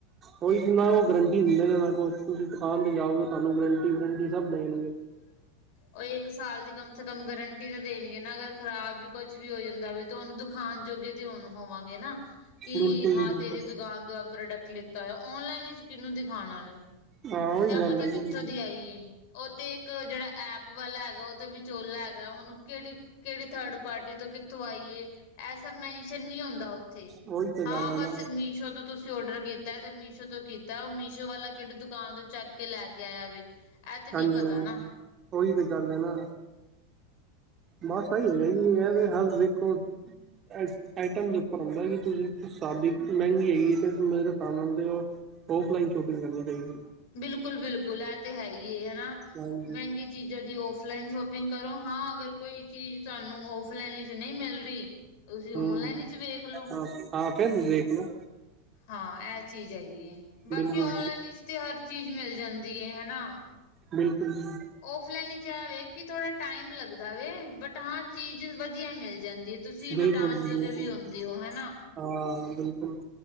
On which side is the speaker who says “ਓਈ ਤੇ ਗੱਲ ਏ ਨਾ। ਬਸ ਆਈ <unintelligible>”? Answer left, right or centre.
Right